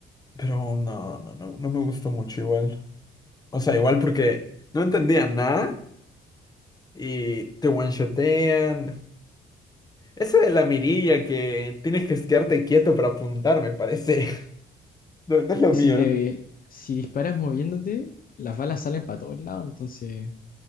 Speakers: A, on the left; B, on the left.
A: pero no, no, no, no me gustó mucho igual. O sea, igual porque no entendía nada y te one-shotean. Eso de la mirilla que tienes que quedarte quieto para apuntar, me parece. <laughs> No, no es
B: Es
A: lo
B: que
A: mío.
B: si te, si disparas moviéndote, las balas salen para todos lados, entonces,